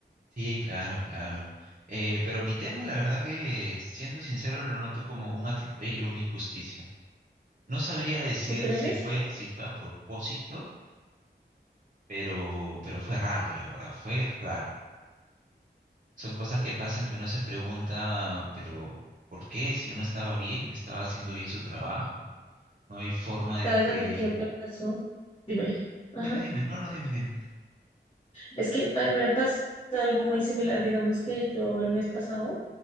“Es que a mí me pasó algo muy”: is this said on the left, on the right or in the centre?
Left